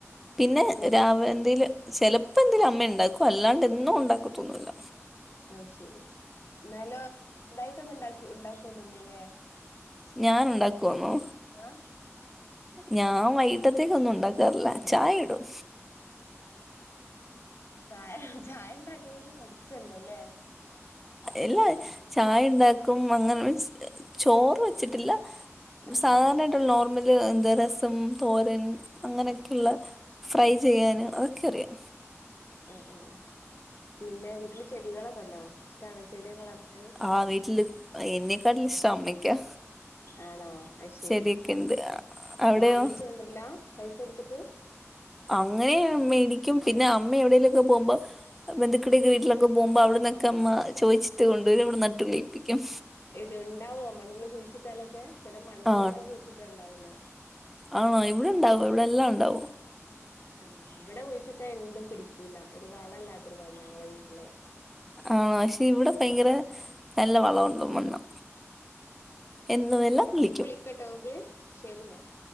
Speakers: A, in the centre; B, on the left (about 55°).
A: പിന്നെ
B: കൂടുതൽ
A: രാവിലെന്തേലും ചെലപ്പന്തേലും അമ്മയിണ്ടാക്കും അല്ലാണ്ടെന്നും ഉണ്ടാക്കതൊന്നൂല്ല
B: ഓ ശെരി ഇന്നാലോ സ്വന്തായിട്ടൊന്നും ഇണ്ടാക്കി ഉണ്ടാക്കൊന്നുല്ലല്ലേ?
A: ഞാനുണ്ടാക്കുവോന്നോ?
B: ആഹ്
A: ഞാൻ വൈകിട്ടത്തേക്കൊന്നും ഉണ്ടാക്കാറില്ല ചായയിടും
B: ആഹ് ചായ ചായണ്ടാകലേലും പഠിച്ചല്ലോല്ലേ?
A: എല്ലാ ചായണ്ടാക്കും അങ്ങനെ മീൻസ് ചോറ് വെച്ചിട്ടില്ല
B: ആഹ്
A: സാധാരണ ട്ട്ള്ള നോർമല് രസം, തോരൻ, അങ്ങനക്കെയ്ള്ള ഫ്രൈ ചെയ്യാന് അതെക്കറിയാ
B: ഉം ഉം പിന്നെ വീട്ടില് ചെടികളൊക്കെണ്ടോ? ഇശ്ടാണോ ചെടിയൊക്കെ വളർത്താന്?
A: ആഹ് വീട്ടില് എന്നെക്കാട്ടിലിഷ്ടം അമ്മയ്ക്കാ
B: ആണോ? അയ് ശരി
A: ശരിയൊക്കെ ഉണ്ട് അവിടെയോ
B: വാങ്ങിച്ച് കൊണ്ട്രല്ല പൈസ കൊടുത്ത്ട്ട്
A: അങ്ങനെയും മേടിക്കും പിന്നെ അമ്മ എവിടേലൊക്കെ പോവുമ്പോ ബന്ധുക്കൾടെയെക്കെ വീട്ടിലെ പോകുമ്പോ അവിടന്നൊക്കമ്മ
B: ആഹ്
A: ചോദിച്ചിട്ട് കൊണ്ടു വരും ഇവിടെ നട്ട് പിടിപ്പിക്കും
B: ഇത്ണ്ടാവോ മണ്ണില് കുഴിച്ചിട്ടാലൊക്കെ? ചെല മണ്ണിലങ്ങനെ
A: ആ
B: കുഴിച്ചിട്ടാണ്ടാവൂല്ല
A: ആണോ ഇവിടെണ്ടാവും ഇവിടെല്ലാണ്ടാവും
B: ആഹ് ഇവടെ കുഴിച്ചിട്ടായെന്തും പിടിക്കൂല്ല ഒരു വളല്ലാത്തൊരുമണ്ണാ ഞങ്ങളെ വീട്ടിലെ
A: ആണോ പക്ഷെ ഇവിടെ
B: ഉം
A: ഭയങ്കര നല്ല വളവുള്ള മണ്ണാ എന്ന് എല്ലാം കിളിക്കും
B: വെക്കാട്ടോ നമക്ക് ശെരിന്നാ